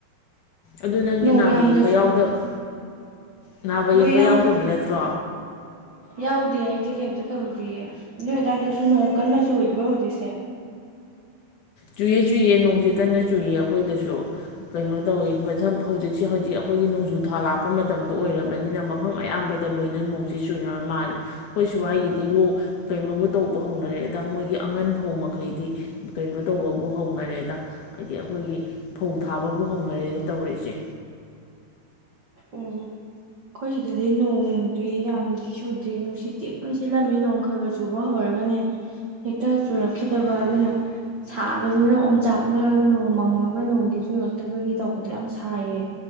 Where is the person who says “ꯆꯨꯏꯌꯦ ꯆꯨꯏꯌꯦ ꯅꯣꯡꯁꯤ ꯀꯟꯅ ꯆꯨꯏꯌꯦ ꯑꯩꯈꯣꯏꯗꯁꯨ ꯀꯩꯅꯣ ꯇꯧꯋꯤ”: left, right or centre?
Left